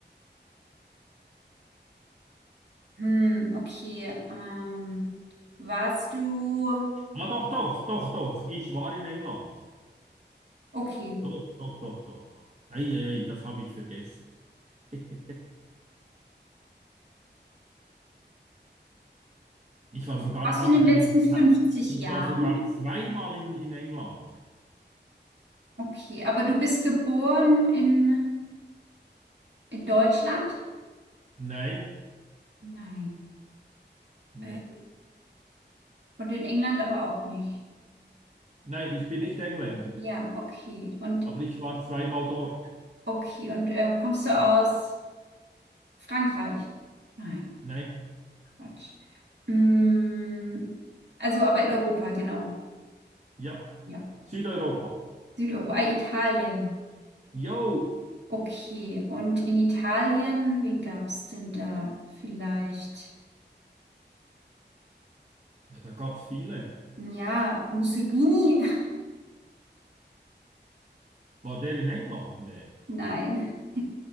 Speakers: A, on the right (about 70°); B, on the right (about 40°).
A: Hm, okay. Ähm, warst du,
B: Ah, doch, doch, doch, doch, ich war in England.
A: okay,
B: Doch, doch, doch, doch. Eieiei, das habe ich vergessen. <laughs> Ich war sogar
A: warst
B: anscheinend,
A: du in den letzten 50
B: ich
A: Jahren?
B: war sogar zweimal in, in England.
A: Okay, aber du bist geboren in, in Deutschland?
B: Nein,
A: Nein.
B: nee.
A: Äh, und in England aber auch nicht.
B: Nein, ich bin nicht Engländer,
A: Ja, okay. Und
B: aber ich war zweimal dort.
A: okay, und ähm, kommst du aus Frankreich? Nein,
B: Nein.
A: Quatsch. Hm, also aber in Europa, genau.
B: Ja,
A: Ja.
B: Südeuropa.
A: Südeuropa, ah, Italien.
B: Jo,
A: Okay, und in Italien, wen gab es denn da? Vielleicht,
B: ja, da gab es viele.
A: ja, Mussolini? <laughs>
B: War der in England? Nee.
A: Nein.